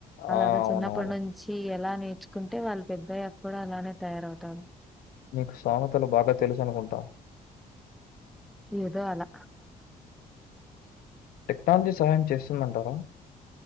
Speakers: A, in the centre; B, on the left.
A: అలాగా
B: ఆ!
A: చిన్నప్పటి
B: అవునవును.
A: నుంచి అలా నేర్చుకుంటే వాళ్ళు పెద్దయ్యాక కూడా అలానే తయారవుతారు
B: నికు సామతలు బాగా తెలుసు అనుకుంటా
A: ఇదో అలా
B: టెక్నాలజీ సహాయం చేస్తుందంటారా